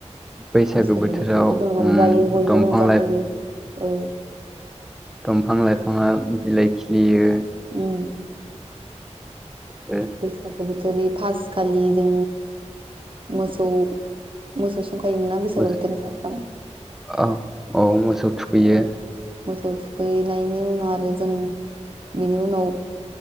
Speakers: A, in the centre; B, on the right.
A: बैसागो
B: बैसागु
A: बोथोराव
B: बोथोरावथ' जों रंजायो
A: उम
B: बयबो
A: दंफां
B: रंजाखायो। औ
A: दंफां-लाइफाङा बिलाइ खिलियो।
B: उम
A: आरो
B: बैसागु बोथोर फासखालि जों मोसौ मोसौ संखायोमोन ना बैसागो
A: मोसौ
B: बोथोरनि फार्स्टआव?
A: औ औ मोसौ थुखैयो।
B: औ मोसौ थुखैनायनि उनाव आरो जों बेनि उनाव